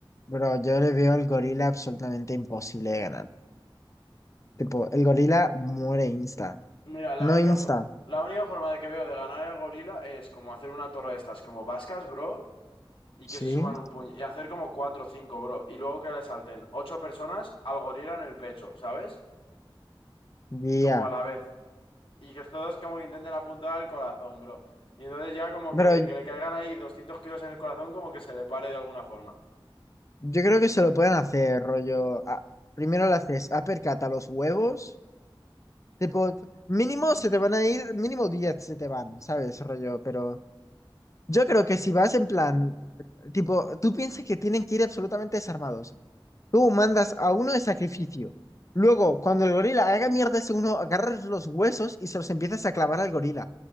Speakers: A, on the left; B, on the left.
A: Pero yo le veo al gorila absolutamente imposible de ganar. Tipo, el gorila muere insta.
B: Mira, la
A: No
B: única,
A: insta,
B: fo- la única forma de que veo de ganar el gorila es como hacer una torre de estas como vascas, bro. Y
A: ¿sí?
B: que se suban un puño. Y hacer como cuatro o cinco, bro. Y luego que le salten ocho personas al gorila en el pecho, ¿sabes?
A: Guía.
B: Como a la vez. Y que todos como que intenten apuntar al corazón, bro. Y entonces ya como
A: Pero
B: que, de que le caigan ahí 200 kilos en el corazón, como que se le pare de alguna forma.
A: yo creo que se lo pueden hacer, rollo. a- primero le haces uppercut a los huevos. Tipo, mínimo se te van a ir, mínimo 10 se te van, ¿sabes? Rollo, pero Yo creo que si vas en plan, tipo, tú piensas que tienen que ir absolutamente desarmados. Tú mandas a uno de sacrificio. Luego, cuando el gorila haga mierda ese uno, agarras los huesos y se los empiezas a clavar al gorila.